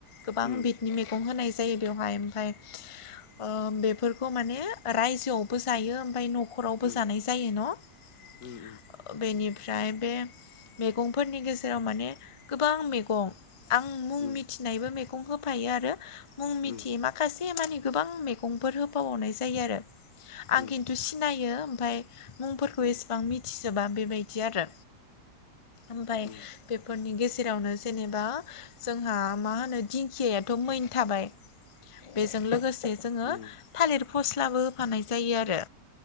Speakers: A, on the left (about 30°); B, on the left (about 65°).
A: गोबां
B: उम
A: बिदनि मैगं होनाय जायो बेवहाय आमफ्राय अ बे खौ माने रायजोआवबो जायो फाय न'खरावबो
B: उम
A: जानाय जायो न'
B: उम उम
A: बेनि फ्राय बे मैगंफोरनि गेजेराव माने गोबां मैगं आं मुं
B: उम
A: मिथिनायबो मेगं होफायो आरो मुं मिथियै
B: उम
A: माखासे मानि गोबां मैगंफोर होबावनाय जायो आरो आं
B: उम
A: खिन्थु सिनायो ओमफाय मुंफोरखौ
B: उम
A: एसेबां मिथिजोबा बेबायदि आरो। ओमफाय
B: उम
A: बेफोरनि गेजेर जेरावनो जेनेबा जोंहा मा होनो दिंखियाथ' मै थाबाय। बेजों लोगोसे जोंङो
B: उम
A: थालिर फस्लाबो होफानाय जायो आरो